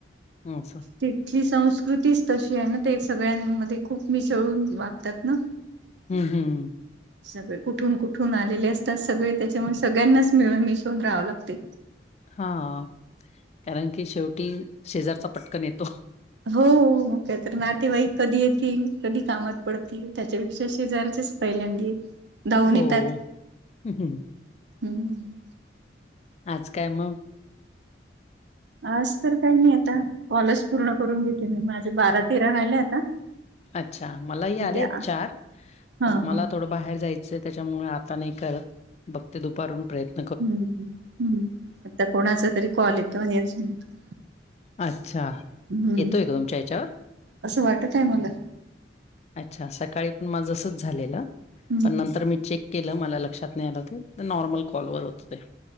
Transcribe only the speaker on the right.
तिथली संस्कृतीच तशी आहे ना ते, सगळ्यांमध्ये खूप मिसळून वागतात ना.
सगळे कुठून कुठून आलेले असतात सगळे त्याच्यामुळे सगळ्यांनाच मिळून मिसळून राहावं लागतय.
हो का तर नातेवाईक कधी येतील, कधी कामात पडतील. त्याच्यापेक्षा शेजारचेच पहिल्यांदी धावून
येतात.
हम्
आज तर काय मी आता, कॉलच पूर्ण करून घेते मी. माझे बारा तेरा राहिल्यात.
हा
हा
हम्म
हम्म हम्म, आता कोणाचा तरी कॉल येतो <unintelligible>
हम्म
असं वाटत आहे मला
हम्म